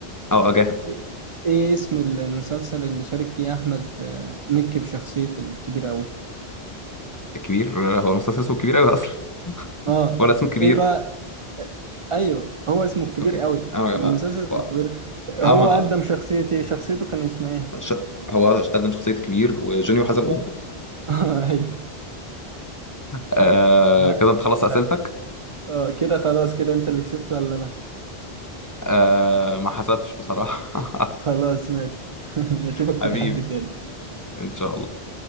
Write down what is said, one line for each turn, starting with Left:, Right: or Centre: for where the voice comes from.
Left: اه اه جاهز
Right: ايه إيه اسم المسلسل اللي شارك فيه احمد آه، مكي بشخصية الكبير أوي
Left: كبير هو المستثمر اسمه كبير قوي اصلا
Right: اه
Left: <laughs> ولا اسمه كبير
Right: ايه بقى ايوه هو اسمه الكبير
Left: اوكي
Right: قوي
Left: انا
Right: المسلسل اسمه
Left: هو
Right: الكبير هو
Left: اه ما
Right: قدم شخصية ايه شخصيته كان اسمها ايه
Left: آه، ش... هو قدم شخصية كبير وجونيو حزلقوم
Right: <laughs> ايوه
Left: آه
Right: ه-
Left: كده انت خلصت اسئلتك
Right: ه- اه كده خلاص كده انت اللي كسبت ولا انا
Left: آه ما حسبتش بصراحة
Right: خلاص ماشي <laughs>
Left: <laughs>
Right: اشوفك في
Left: حبيبي
Right: تحدي تاني
Left: ان شاء الله